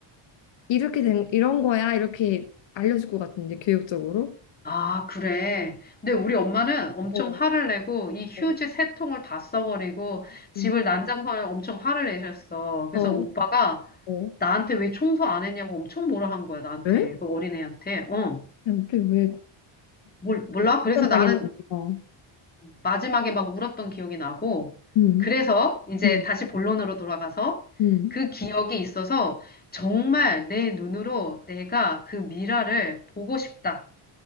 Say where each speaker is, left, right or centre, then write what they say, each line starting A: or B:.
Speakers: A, on the left; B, on the left.
A: 이렇게 된 이런 거야. 이렇게 알려줄 것 같은데 교육적으로.
B: 아, 그래. 근데 우리 엄마는 엄청
A: 어,
B: 화를 내고 이 휴지
A: 어,
B: 세 통을 다 써버리고 집을
A: 음.
B: 난장판에 엄청 화를 내셨어. 그래서
A: 어.
B: 오빠가
A: 어.
B: 나한테 왜 청소 안 했냐고 엄청 뭐라 한 거야, 나한테.
A: 왜?
B: 그 어린애한테. 어,
A: 야, 근왜
B: 몰, 몰라? 그래서
A: 당했는지.
B: 나는
A: 어.
B: 마지막에 막 울었던 기억이 나고,
A: 음,
B: 그래서 이제
A: 음.
B: 다시 본론으로 돌아가서
A: 음,
B: 그 기억이 있어서 정말 내 눈으로 내가 그 미라를 보고 싶다.